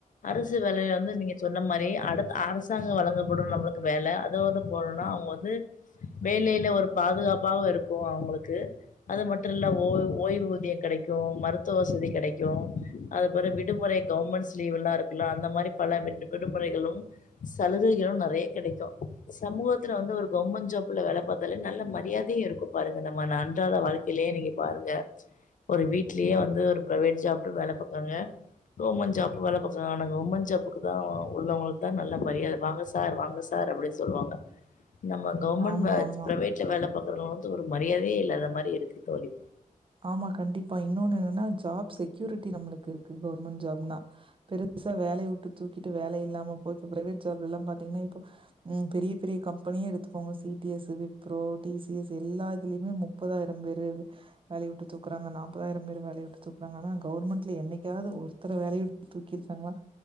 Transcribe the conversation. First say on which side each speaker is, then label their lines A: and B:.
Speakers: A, on the left; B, on the right.
A: அரசு வேலை வந்து நீங்க சொன்ன மாரி அடுத்த அரசாங்கம் வழங்கப்படும் நம்மளுக்கு வேலை அதை வந்து போனும்னா அவங்க வந்து வேலையில ஒரு பாதுகாப்பாக இருக்கும் அவுங்களுக்கு அது மட்டும் இல்ல ஓய் ஓய்வூதியம் கிடைக்கும் மருத்துவ வசதி கிடைக்கும் அது அப்றோ விடுமுறை கவர்மெண்ட்ஸ் லீவ் எல்லா இருக் இல்லா அந்த மாரி பல விடு விடுமுறைகளும் சலுகைகளும் நெறைய கிடைக்கும் சமூகத்துல வந்து ஒரு கவர்ன்மென்ட் ஜாப்ல வேலை பாத்தாலே நல்ல மரியாதையும் இருக்கும் பாருங்க நம்ம அன்றாட வாழ்க்கைலயே நீங்க பாருங்க ஒரு வீட்லயே வந்து ஒரு பிரைவேட் ஜாப்ல வேலை பாக்காங்க கவர்ன்மென்ட் ஜாப்ல வேலை பாக் ஆனா கவர்மெண்ட் ஜாபுக்கு தா உள்ளவங்களுக்கு தா நல்ல மரியாதை வாங்க சார் வாங்க சார் அப்டின்னு சொல்லுவாங்க நம்ம கவர்மெண்ட்
B: ஆமா ஆமா
A: பிரைவேட்ல வேலை பாக்குறவங்க வந்து ஒரு மரியாதையே இல்லாத மாரி இருக்கு தோழி
B: ஆமா கண்டிப்பா இன்னொன்னு என்னன்னா ஜாப் செக்யூரிட்டி நம்மளுக்கு இருக்கு கவர்மெண்ட் ஜாப் னா பெருசா வேலை விட்டு தூக்கிட்டு வேலை இல்லாம போய இப்ப பிரைவேட் ஜாப்லலாம் பாத்தீங்கன்னா உம் பெரிய பெரிய கம் பணிய எடுத்துக்கோங்க C T S Wipro T C S எல்லாதுலயுமே முப்பதாயிர ரம் பேரு இரு வேலய உட்டு தூக்குறாங்க நாப்பதாயிரம் பேரு வேலைய விட்டு தூக்குறாங்க ஆனா கவுர்மெண்ட்ல என்னைக்காவது ஒருத்தர வேலைய விட்டு தூக்கிருக்காங்களா